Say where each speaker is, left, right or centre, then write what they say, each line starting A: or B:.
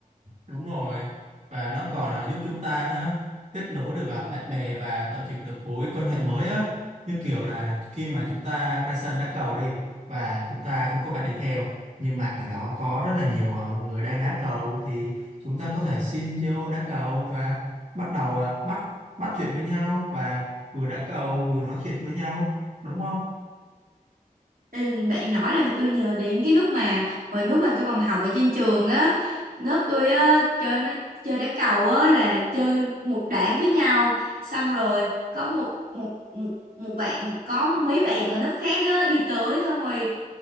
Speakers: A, on the right; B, on the right.
A: đúng rồi và nó còn à, giúp chúng ta nó kết nối được à, bạn bè và tạo dựng được mối quan hệ mới á như kiểu là khi mà chúng ta ra sân đá cầu đi và chúng ta không có bạn đi theo nhưng mà ở đó có rất là nhiều à, người đang đá cầu thì chúng ta có thể xin vô đá cầu và bắt đầu à, bắt bắt chuyện với nhau và vừa đá cầu vừa nói chuyện với nhau đúng không?
B: Ừ, bạn nói làm tôi nhớ đến cái lúc mà hồi lúc mà tôi còn học ở trên trường á, lớp tôi á chơi nó chơi đá cầu á là chơi một đám với nhau, xong rồi có một một một một bạn có mấy bạn ở lớp khác á đi tới xong rồi